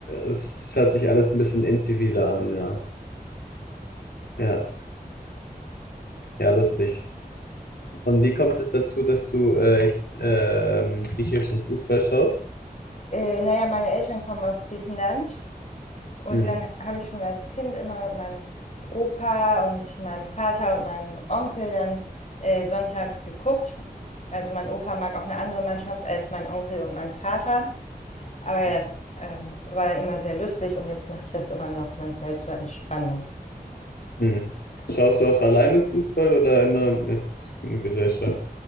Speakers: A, on the left; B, on the left.
A: es hört sich alles ein bisschen inziviler an, ja. Ja, ja, lustig. Und wie kommt es dazu, dass du äh, ähm, griechischen Fußball schaust?
B: Äh, naja, meine Eltern kommen aus Griechenland und
A: Hm.
B: dann habe ich schon als Kind immer mit meinem Opa und meinem Vater und meinem Onkel dann äh, sonntags geguckt. Also mein Opa mag auch eine andere Mannschaft als mein Onkel und mein Vater. Aber ja,
A: Mhm.
B: das ähm, war dann immer sehr lustig und jetzt mache ich das immer noch manchmal zur Entspannung.
A: Hm. Schaust du auch alleine Fußball oder immer mit Gesellschaft?